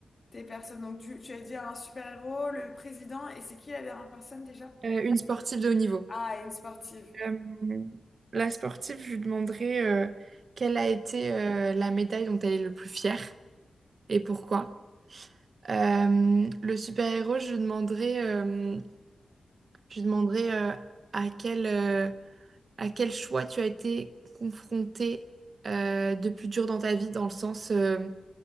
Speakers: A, on the left; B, on the right.
A: tes personnes? Donc, tu, tu as dit un super-héros, le président, et c'est qui la dernière personne déjà?
B: Euh, une sportive de haut niveau.
A: Ah, une sportive.
B: Euh, la sportive, je lui demanderai euh, quelle a été euh, la médaille dont elle est le plus fière et pourquoi. Euh, le super-héros, je lui demanderai, euh, je lui demanderai euh, à quel, euh, à quel choix tu as été confronté euh, de plus dur dans ta vie, dans le sens euh,